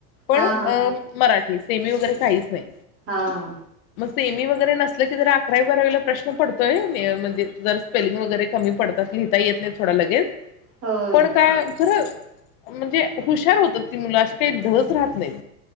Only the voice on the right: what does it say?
हा हा
हा हा.
होय